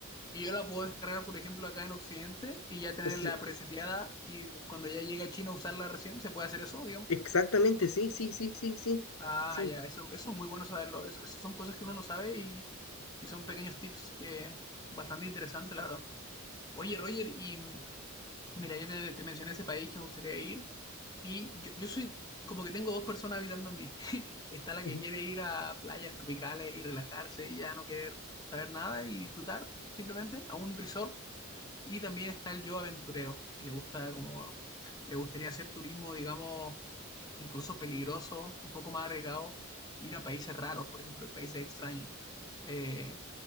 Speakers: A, on the left; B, on the left.
A: Y yo la puedo descargar, por ejemplo, acá en Occidente y ya tenerla
B: Pues sí,
A: preseteada y cuando ya llegue a China usarla recién, ¿se puede hacer eso, digamos?
B: exactamente, sí, sí, sí, sí, sí,
A: Ah,
B: sí.
A: ya, eso, eso es muy bueno saberlo. Eso, eso son cosas que uno no sabe y, y son pequeños tips que bastante interesantes, la verdad. Oye, Roger, y mm, mira, yo te, te mencioné ese país que me gustaría ir y yo, yo soy como que tengo dos personas habitando en mí. <laughs> Está la
B: ujú.
A: que quiere ir a playas tropicales y relajarse y ya no querer saber nada y disfrutar simplemente a un resort y también está el yo aventurero, que le gusta como le gustaría hacer turismo, digamos, incluso peligroso, un poco más arriesgado, ir a países raros, por ejemplo, y países extraños. Eh,